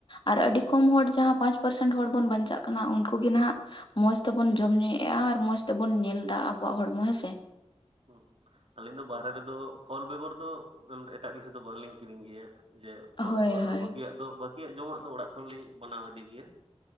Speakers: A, on the left (about 50°); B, on the right (about 65°).
A: ᱟᱨ ᱟᱹᱰᱤ ᱠᱚᱢ ᱦᱚᱲ ᱡᱟᱦᱟᱸ ᱯᱟᱸᱪ ᱯᱟᱨᱥᱮᱱᱴ ᱦᱚᱲ ᱵᱚᱱ ᱵᱟᱧᱪᱟ ᱛᱟᱜ ᱠᱟᱱᱟ ᱩᱱᱠᱩ ᱜᱮ ᱱᱟᱦᱟᱜ ᱢᱚᱸᱡᱽ ᱛᱮᱵᱚᱱ ᱡᱚᱢ ᱧᱩᱭᱮᱜ-ᱟ ᱟᱨ ᱢᱚᱸᱡᱽ ᱛᱮᱵᱚᱱ ᱧᱮᱞ ᱫᱟ ᱟᱵᱚᱣᱟᱜ ᱦᱚᱲᱢᱚ ᱦᱮᱸ ᱥᱮ
B: ᱦᱩᱸ ᱟᱞᱤᱧ ᱫᱚ ᱵᱟᱦᱨᱮ ᱨᱮ ᱫᱚ ᱯᱷᱚᱞ ᱵᱮᱜᱚᱨ ᱫᱚ ᱮᱴᱟᱜ ᱠᱤᱪᱷᱩ ᱫᱚ ᱵᱟᱝ ᱞᱤᱝ ᱠᱤᱨᱤᱧ ᱜᱮᱭᱟ ᱡᱮ ᱯᱷᱚᱞ
A: ᱦᱳᱭ
B: ᱠᱚ ᱟᱫᱚ
A: ᱦᱳᱭ
B: ᱵᱟᱹᱠᱤᱭᱟᱜ ᱫᱚ ᱵᱟᱠᱤᱭᱟᱜ ᱡᱚᱢᱟᱜ ᱫᱚ ᱚᱲᱟᱜ ᱠᱷᱚᱱᱞᱤᱧ ᱵᱮᱟᱱᱟᱣ ᱤᱫᱤ ᱜᱮᱭᱟ